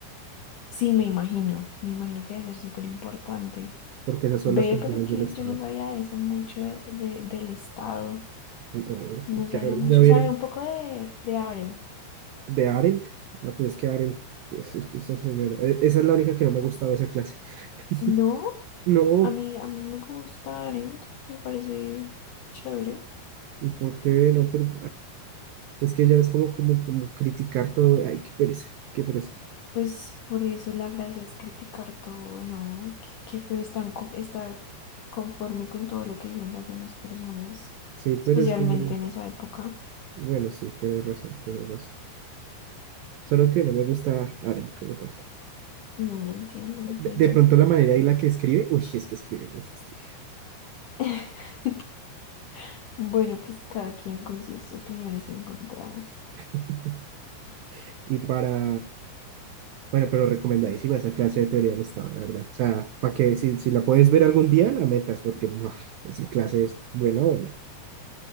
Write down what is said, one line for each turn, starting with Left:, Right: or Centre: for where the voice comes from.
Left: Sí, me imagino. Me imagino que debe ser súper importante.
Right: porque esas son
Left: Ve,
Right: las funciones
Left: pero que
Right: del Estado.
Left: yo no sabía eso mucho de, de- del estado.
Right: No,
Left: No
Right: Ya,
Left: sabía mucho.
Right: ya hubiera-
Left: Sabía un poco de, de Arendt.
Right: de Arendt, ah, pero es que Arendt, es- es- esa señora, e- esa es la única que no me ha gustado de esa clase. <laughs>
Left: No,
Right: No,
Left: a mí, a mí me gusta Arendt. Me parece chévere.
Right: ¿y ¿por qué no? Pero Es que ya es como, como, como criticar todo. Ay, qué pereza, qué pereza.
Left: Pues por eso la gracia es criticar todo, ¿no? Qué, qué feo es tan co- estar conforme con todo lo que dicen las demás personas,
Right: Sí, pero
Left: especialmente
Right: es que no-
Left: en esa época.
Right: bueno, sí, tienes razón, tienes razón. Solo que no me gusta Arendt como tal.
Left: Mm, entiendo, entiendo.
Right: De, de pronto la manera y la que escribe, uy, es que escribe un fastidio.
Left: <laughs> Bueno, pues cada quien con sus opiniones encontradas.
Right: <laughs> Y para, bueno, pero recomendadísima esa clase de teoría del Estado, de verdad. O sea, para que si, si la puedes ver algún día, la metas, porque buah, esa clase es buena, buena.